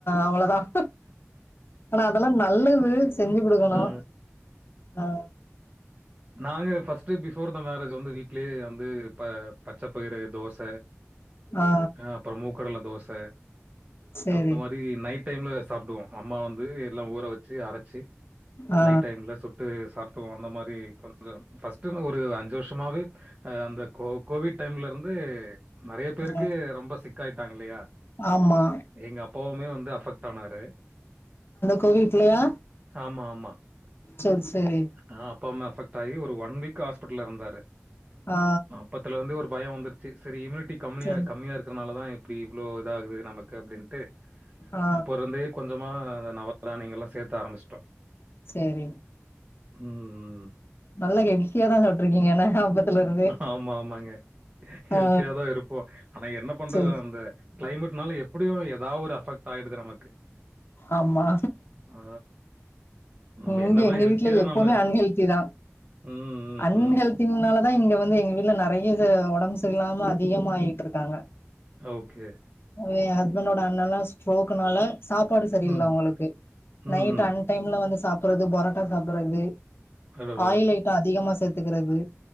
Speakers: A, on the left; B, on the right.
A: அவ்வளோதான் இப்பனா நா அதலாம் நல்லது செஞ்சு கொடுக்கணும்
B: அ
A: அ
B: நாங்க ஃபஸ்ட்டு பிஃபோர் மேரேஜ் வந்து வீட்லயே வந்து ப... பச்சை பயிறு தோச
A: ஆ
B: அ அப்புறோம் மூக்கடல தோச
A: சேரி
B: அந்த மாரி நைட் டைம்ல சாப்பிடுவோம் அம்மா வந்து எல்லாம் ஊற வச்சு அரைச்சு
A: ஆ
B: நைட் டைம்ல சுட்டு சாப்ட்டுவோம் அந்த மாரி கொஞ்சோ ஃபஸ்ட்டு அந்த ஒரு அஞ்சு வருஷமாவே அந்த கோ கோவிட் டைம்ல இருந்து நறைய பேருக்கு
A: ஆ
B: ரொம்ப சிக்காயிட்டாங்க இல்லயா
A: ஆமா
B: எங்க அப்பாவுமே வந்து அஃவெக்ட் ஆனாரு
A: கோ வீட்லயா
B: ஆமா ஆமா
A: செரி செரி
B: ஆ அப்பா அம்மா அஃவெக்ட் ஆகி ஒரு ஒன் வீக் ஹாஸ்பிட்டல்ல இருந்தாரு
A: ஆ
B: அப்பத்துலருந்தே ஒரு பயம் வந்துருச்சு சரி இம்யூனிட்டி கம்மியா
A: செரி
B: கம்மியா இருக்கிறனால தா இப் அப்டி இவ்ளோ இதாகுது நமக்கு அப்டின்ட்டு
A: ஆ
B: அப்பருந்தே கொஞ்சமா அந்த நவதானியங்கல்லா சேத்த ஆரம்பிச்சுட்டோ
A: செரி
B: ம்
A: நல்லா யெல்த்தியா தான் சாப்டீருக்கீங்க ஆனா ஆப்பத்துல இருந்து
B: ஆமா ஆமாங்க ஹெல்த்தியாதா
A: ஆ
B: இருப்போ ஆனா என்ன பண்றது
A: செரி
B: அந்த க்ளைமேட்னால எப்டியும் ஏதாது ஒரு அஃவீஎக்ட் ஆயிடுது நமக்கு
A: ஆமா
B: ஆ நம்ம என்னதான்
A: இங்க எங்க
B: ஹெல்த்தியா
A: வீட்டு்ல எப்போமே
B: நம்ம
A: அன்ஹெல்தி தான்
B: ம், ம்,
A: அன்ஹெல்
B: ம்.
A: திங்னாலதான் இங்க வந்து எங்க வீட்ல நறைய இது ஒடம்பு சரி இல்லாம அதிகமா ஆகிட்டு இருக்காங்க
B: ஓகே
A: ஏன் ஹஸ்பண்டோட அண்ணல்லாம் ஸ்ட்ரோக்னால சாப்பாடு சரியில்ல
B: ம்,
A: அவுங்களுக்கு
B: ம்ஹ்ம்.
A: நைட்டு அன் டைம்ல வந்து சாப்பறது பரோட்டா சாப்பட்றது
B: அடடா!
A: ஆயில் ஐட்டம் அதிகமா சேத்துக்குறது